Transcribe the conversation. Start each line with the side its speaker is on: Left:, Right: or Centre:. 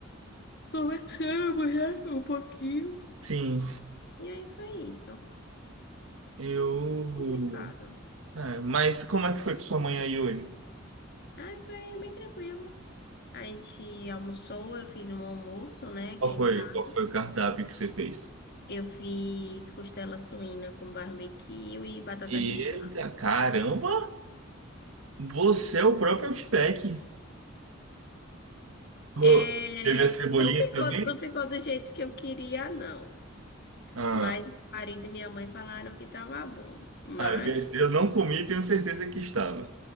Left: Conversamos, né? Um pouquinho.
Right: Sim,
Left: E aí foi isso.
Right: eu.
Left: complicado.
Right: É, mas como é que foi com sua mãe aí hoje?
Left: Aí foi bem tranquilo. A gente almoçou, eu fiz um almoço, né, aqui
Right: Qual
Left: em
Right: foi,
Left: casa.
Right: qual foi o cardápio que você fez?
Left: Eu fiz costela suína com barbecue e batata
Right: Eita,
Left: recheada.
Right: caramba! Você é o próprio Outback. Ô,
Left: É,
Right: Teve a cebolinha
Left: não ficou,
Right: também?
Left: não ficou do jeito que eu queria, não.
Right: Ah,
Left: Mas meu marido e minha mãe falaram que tava bom. Mas,
Right: ah, eu tenho- eu não comi, tenho certeza que estava.